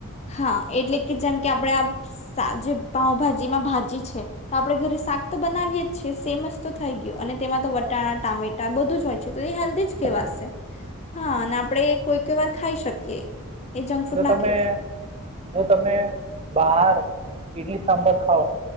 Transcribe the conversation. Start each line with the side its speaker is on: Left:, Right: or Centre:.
Left: હા એટલે
Right: ઓકે
Left: કે જેમ કે આપણે આમ સા જે પાઉભાજીમાં ભાજી છે તો આપણે ઘરે શાક તો બનાવીએ જ છીએ સેમ જ તો થઈ ગયું અને તેમાં તો વટાણા
Right: હા
Left: ટામેટ ટા બધું જ હોય. છે તો એ હેલ્ધી જ કેવાશે
Right: હા
Left: હા અને આપ આપણેે કોઈ કોઈ વાર ખાઈ શકીએ. એ જંક ફૂડ
Right: જો
Left: ના
Right: તમે,
Left: કહેવાય
Right: જો તમે બહાર ઇડલી સાંભર ખાઓ,